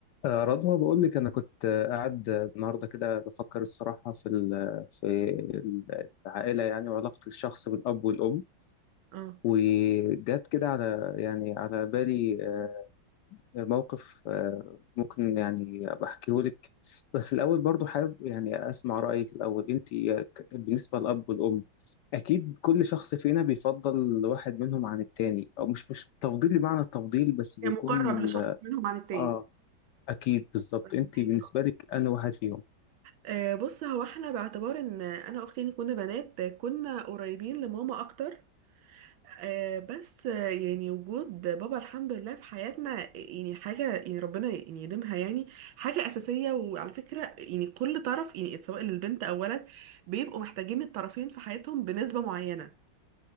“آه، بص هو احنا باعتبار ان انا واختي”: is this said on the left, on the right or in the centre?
Right